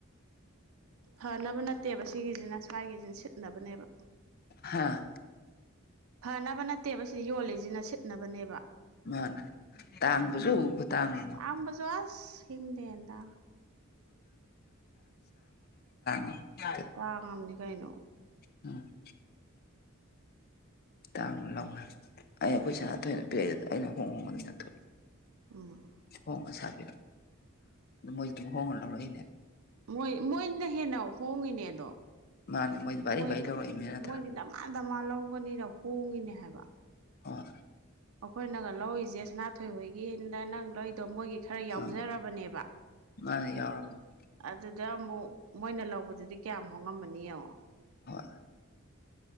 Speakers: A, on the right; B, on the left.
A: ꯐꯅꯕ ꯅꯠꯇꯦꯕ ꯁꯤꯒꯤꯁꯤꯅ ꯁ꯭ꯋꯥꯏꯒꯤꯁꯤꯅ ꯁꯤꯠꯅꯕꯅꯦꯕ
B: ꯍꯥꯥ
A: ꯐꯅꯕ ꯅꯠꯇꯦꯕ ꯁꯤ ꯌꯣꯜꯂꯤꯁꯤꯅ ꯁꯤꯠꯅꯕꯅꯦꯕ
B: ꯃꯥꯅꯦ ꯇꯥꯡꯕꯁꯨ ꯈꯨ ꯇꯥꯡꯑꯃ
A: ꯇꯥꯡꯕꯁꯨ ꯑꯁ ꯍꯤꯡꯗꯦꯟꯗ
B: <unintelligible>
A: ꯇꯥꯡꯉꯝꯅꯤ ꯀꯩꯅꯣ
B: ꯎꯝ ꯇꯥꯡꯅ ꯂꯧꯔꯦ ꯑꯩ ꯑꯈꯣꯏ
A: ꯎꯝ
B: ꯁꯥꯅꯊꯣꯏꯅ ꯄꯤꯔꯛꯑꯦꯗꯥ ꯑꯩꯅ ꯍꯣꯡ ꯍꯣꯡꯉ ꯑꯗꯨꯊꯣꯛꯏ
A: ꯎꯝ
B: ꯍꯣꯡꯉ ꯁꯥꯕꯤꯔꯛꯄ ꯑꯗꯨ ꯃꯣꯏ ꯑꯗꯨꯝ ꯍꯣꯡꯉ ꯂꯧꯔꯛꯏꯅꯦ
A: ꯃꯣꯏ ꯃꯣꯏꯅ ꯍꯦꯟꯅ ꯍꯣꯡꯉꯤꯅꯦꯑꯥꯗꯣ
B: ꯃꯥꯅꯦ ꯃꯣꯏꯗꯤ ꯚꯥꯔꯤ
A: ꯃꯣꯏ
B: ꯚꯥꯔꯤ ꯂꯧꯔꯛꯏꯅꯤ ꯅꯠꯇ꯭ꯔꯥ
A: ꯃꯣꯏꯗꯤꯗꯥꯃꯥ ꯃꯥ ꯗꯃꯥ ꯂꯧꯕꯅꯤꯅꯥ ꯍꯣꯡꯉꯤꯅꯦ ꯍꯥꯏꯕ
B: ꯍꯣꯏ
A: ꯑꯩꯈꯣꯏꯅꯒ ꯂꯧꯔꯤꯁꯦ ꯁꯅꯥꯊꯣꯏꯍꯣꯏꯒꯤꯅ ꯅꯪ ꯂꯧꯔꯤꯗꯣ ꯃꯣꯏꯒꯤ ꯈꯔ ꯌꯥꯎꯖꯔꯕꯅꯦꯕ
B: ꯑꯥ ꯃꯥꯅ ꯌꯥꯎꯔꯕꯅꯦ
A: ꯑꯗꯨꯗ ꯑꯃꯨꯛ ꯃꯣꯏꯅ ꯂꯧꯕꯗꯨꯗꯤ ꯀꯌꯥꯝ ꯍꯣꯡꯉꯝꯃꯅꯤ ꯌꯦꯡꯉꯣ
B: ꯍꯣꯏ